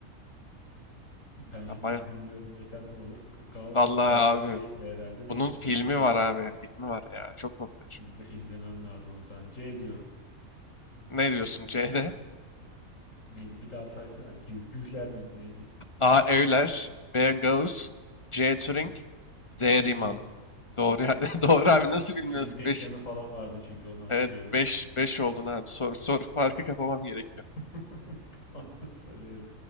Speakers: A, on the left; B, on the left.
A: Ben şimdi
B: Ha, baya-
A: bunu bilmiyorum desem ne olur? Gauss,
B: Vallahi
A: Gauss
B: abi
A: değil de herhalde de
B: bunun filmi
A: öteki
B: var abi. Filmi var ya. Çok popüler.
A: izle, izlemem lazım o zaman. C diyorum.
B: Ne diyorsun C'de?
A: Neydi? Bir daha saysana. Gü- Gühler miydi? Neydi?
B: A. Euler B. Gauss C. Turing D.
A: Turing
B: Riemann
A: Turing.
B: Doğru ya- <laughs> doğru abi nasıl bilmiyorsun?
A: Turing denklemi
B: beş,
A: falan vardı çünkü onu hatırlıyorum
B: evet beş
A: bile.
B: 5 oldun abi. Soru soru farkı kapamam gerekiyor.
A: <laughs> Tamam, Soruyorum.